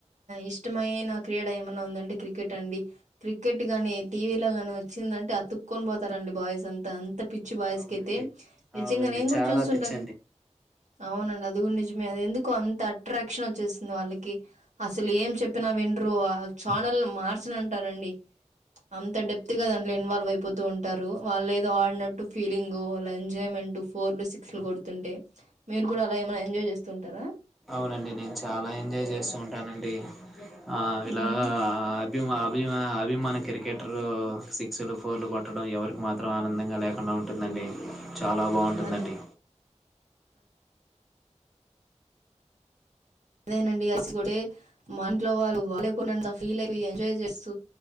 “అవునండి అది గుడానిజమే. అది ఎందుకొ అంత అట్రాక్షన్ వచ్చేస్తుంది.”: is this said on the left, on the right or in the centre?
Right